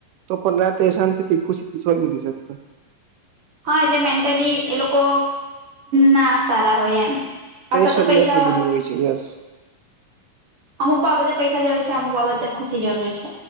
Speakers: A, on the right; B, on the right.
A: તો પણ રાતે શાંતિ થી ખુશી થી સોઈ નથી શકતા.
B: હા એટલે મેન્ટલી એ લોકો ના સારા હોય એમ. અથવા
A: પ્રેશર
B: તો પૈસા
A: ને એટલું બધું હોય છે યસ.
B: અમુક બાબતે પૈસા જરૂર છે અમુક બાબતે ખુશી જરૂર છે.